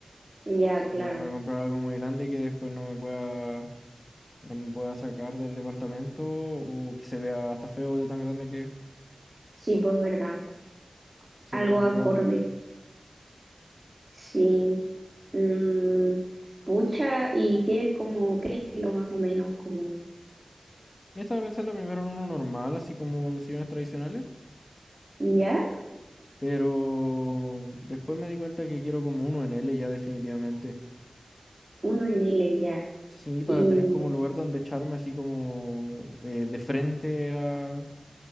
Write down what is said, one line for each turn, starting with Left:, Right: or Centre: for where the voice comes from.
Right: Ya, claro.
Left: Y no me voy a comprar algo muy grande que después no me pueda no me pueda sacar del departamento o que se vea hasta feo de tan grande que es.
Right: Sí, pues verdad.
Left: Eso
Right: algo
Left: es lo complicado.
Right: acorde. Sí. Mm, pucha, ¿y quieres como qué estilo más o menos? Como,
Left: Me estaba pensando primero en uno normal, así como los sillones tradicionales,
Right: ¿ya?
Left: pero después me di cuenta que quiero como uno en L ya definitivamente.
Right: Uno en L, ya.
Left: Sí,
Right: Y
Left: para
Right: mm,
Left: tener como lugar donde echarme así como eh, de frente a-